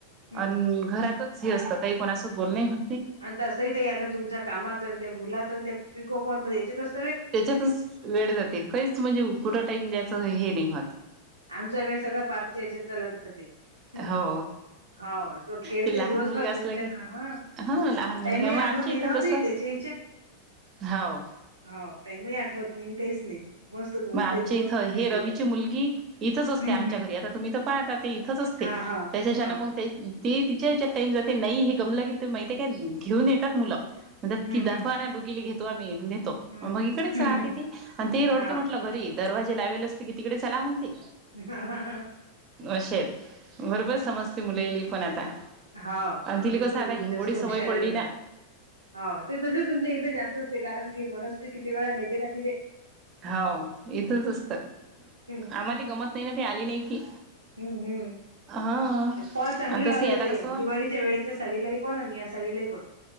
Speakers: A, on the right; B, on the right.
A: हम्म
B: अन घरातच झी असंत काही कोणासोबत बोलनही हों
A: आण तसंही ताई आता तुमच्या कामात, अण त्या मुलात त्या पिको फॉल मध्ये येच्यातच
B: त्याच्यातच वेळ जाते काहीच म्हणजे कुठं
A: मग
B: टाईम द्यायचं हे नाही माझ
A: आमचा वेळ सगळळा पार्थच्या याच्यात चालला जाते. हं.
B: हो
A: हो तो खेळते
B: ते लहान
A: दिवसभर
B: मुलगा असला
A: त्याच्यानं
B: की
A: हा
B: हां लहान मुलगा
A: टाइमही
B: आहे
A: आठवत
B: मग आमच्या
A: नाही
B: इथं
A: ना होते
B: तस
A: त्याच्या
B: हाव.
A: हाव टाईमही आठवत नाही काहीच नाही मस्त बोलते
B: मग आमच्या
A: तो
B: इथं
A: आणि खेळते
B: हे रवीची
A: तो
B: मुलगी इथंच
A: हम्म
B: असते आमच्या
A: हम्म
B: घरी आता तुम्ही त पाहता ते इथंच असते
A: हा हा
B: त्याच्याच्यान
A: हा
B: मग ते ते तिच्या हच्यात टाईम जाते नाही हे गमलं की माहितीे काय घेऊन येतात मुलं. म्हणत्यात
A: हम्म
B: की दाखवा
A: हम्म
B: ना दोघीले घेतो आम्ही नेतो
A: हम्म
B: मग इकडेच राहते
A: हम्म
B: ती आणि ते रड
A: हा
B: ते घरी दरवाजे लावेल असले की तिकडे चला म्हणते.
A: हां हां.
B: अशे आहेत. बरोबर समजते मुलालेय पण आता
A: हाव
B: आणि तिला
A: जास्त
B: कसं आता
A: बोल
B: हिंगोळी
A: जास्त हुशार
B: सवय पडली
A: आहेत आता
B: ना.
A: हाव ते तसई तुमच्या इथे जास्त असते कारण की मनस्वी किती वेळा नेते ना तिले.
B: हाव इथंच असतात
A: हम्म
B: आम्हालाही गमत नाही ना ते आली नाही की.
A: हम्म हम्म
B: हा
A: फॉल चांगली
B: तस
A: लावली
B: आता
A: ताई
B: कसं
A: दिवाळीत च्या वेळेच्या साडीलाही पण आण या साडीलाही पणं.